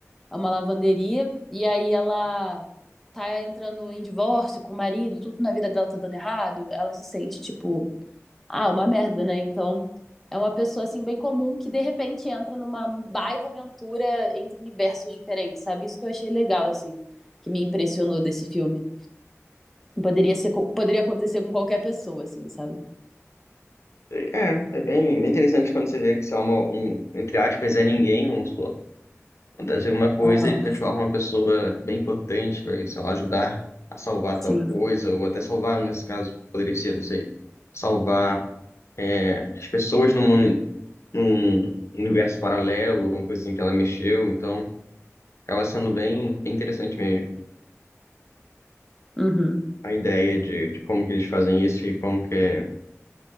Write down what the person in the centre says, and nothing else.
é uma lavanderia, e aí ela tá entrando em divórcio com o marido, tudo na vida dela tá dando errado. Ela se sente, tipo, ah, é uma merda, né? Então, é uma pessoa assim bem comum que de repente entra numa baita aventura entre universos diferentes, sabe? Isso que eu achei legal assim, que me impressionou desse filme. Poderia ser, co- poderia acontecer com qualquer pessoa assim, sabe?
Aham,
sim.
Uhum,